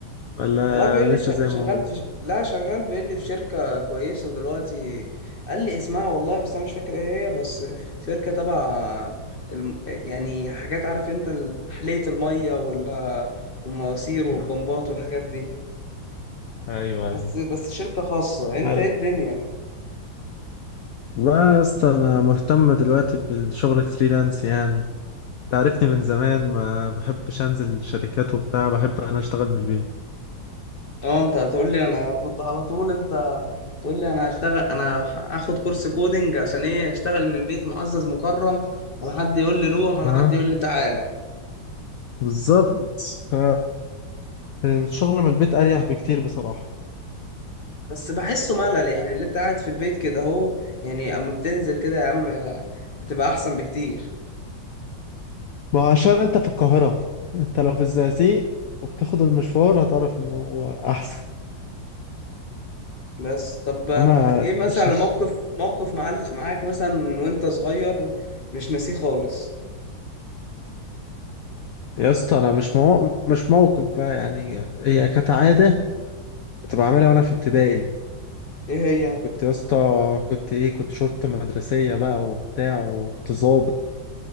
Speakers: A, on the left (about 80°); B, on the left (about 50°).
A: ولا
B: والله بيقول
A: لسه
B: لي شا-
A: زي
B: شغال
A: ما هو
B: في ش... لا شغال بيقول لي في شركة كويسة دلوقتي قال لي اسمها والله بس أنا مش فاكر إيه هي بس شركة تبع الم... يعني حاجات عارف أنت ال- تحلية المية وال... والمواسير والبمبات
A: آه.
B: والحاجات دي
A: ايوه ايوه
B: بس بس شركة خاصة
A: مالك
B: أنت إيه الدنيا؟
A: لا يا اسطى انا مهتم دلوقتي بالشغل الفريلانس يعني تعرفني من زمان ما بحبش انزل شركات وبتاع بحب انا اشتغل من البيت
B: أه أنت هتقول لي أنا كنت على طول أنت تقول لي أنا هشتغل أنا هاخد كورس كودينج عشان إيه أشتغل من بيت معزز مكرم ولا حد يقول لي روح ولا
A: اه
B: حد يقول لي تعالى
A: بالظبط ف الشغل من البيت اريح بكتير بصراحة
B: بس بحسه ملل يعني اللي انت قاعد في البيت كده اهو يعني اما بتنزل كده يا عم بتبقى احسن بكتير
A: ما هو عشان انت في القاهرة انت لو في الزقازيق وبتاخد المشوار هتعرف انه هو احسن
B: بس طب
A: اما
B: ايه مثلا
A: ش-
B: موقف موقف معلق معاك مثلا من وانت صغير مش ناسيه خالص
A: يا اسطى انا مش مو... مش موقف بقى يعني هي كانت عادة كنت بعملها وانا في ابتدائي
B: ايه هي
A: كنت يا اسطى كنت ايه كنت شرطة مدرسية بقى وبتاع وكنت ظابط